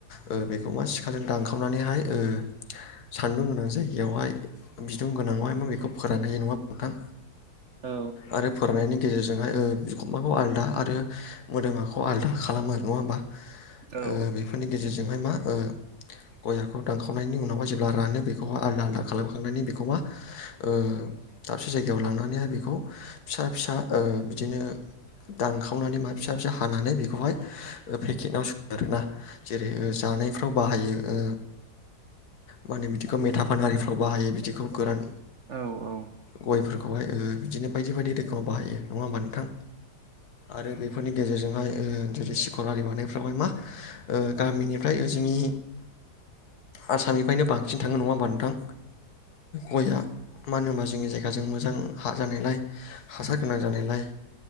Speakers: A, on the left; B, on the right.
A: ओ बेखौ मा सिखाजों दानखा खावनानैहाय ओ सान्दुं गोनां जायगायावहाय बिदुं गोनांङावहाय मा बुङो बेखौ फोरानहैयो नङा नोंथां
B: औ
A: आरो फोराननायनि गेजेरजोंहाय ओं बिखुमाखौ आलदा आरो मोदोमाखौ आलदा खालामो आरो नङा होमबा
B: औ
A: ओ बेफोरनि गेजेरजोंहाय मा ओ गयाखौ दानखावनायनि उनावहाय जेब्ला रानो बेखौहाय आलदा आलदा खालामखांनानै बेखौहा ओ दाबसे जायगायाव लांनानैहाय बेखौ फिसा फिसा ओ बिदिनो दानखावनानै माबा फिसा फिसा हानानै बेखौहाय पेकेटाव जेरै जानायफ्राव बाहायो ओ मा होनो बिदिखौ मेथा फानारिफ्राव बाहायो बिदिखौ गोरान
B: औ औ
A: गयफोरखौहाय ओ बिदिनो बायदि बायदि रोखोमाव बाहायो नङा होमबा नोंथां आरो बेफोरनि गेजेरजोंहाय ओ जेरै सिखर आरि बानायफ्रावहाय मा ओ गामिनिफ्राय जोंनि आसामनिफ्रायनो बांसिन थाङो नङा होमबा नोंथां ओ गयआ मानो होनबा जोंनि जायगाजों मोजां हा जानायलाय हासार गोनां जानायलाय